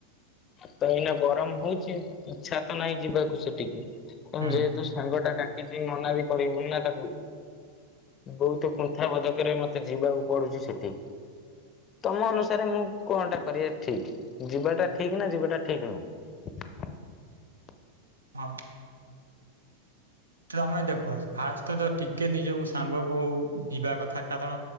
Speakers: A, on the left; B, on the right.
A: ତ ଏଇନା ଗରମ ହଉଛି, ଇଚ୍ଛା ତ ନାହିଁ ଯିବାକୁ ସେଠିକି ଏବଂ
B: ହୁଁ
A: ଯେହେତୁ ସାଙ୍ଗଟା ଡାକିଛି, ମନା ବି କରି ହଉନି ନା ତାକୁ ବହୁତ କୁନ୍ଥା ବଦକରେ ମତେ ଯିବାକୁ ପଡୁଛି ସେଠି ତମ ଅନୁସାରେ ମୁଁ କଣ ଟା କରିବା ଠିକ, ଯିବାଟା ଠିକ ନା ଯିବାଟା ଠିକ ନୁହଁ? <unintelligible>
B: ହଁ ତମେ ଦେଖ ଫାଷ୍ଟ ତ ଟିକେ ନିଜକୁ ସାଙ୍ଗକୁ ଯିବା କଥା, କାରଣ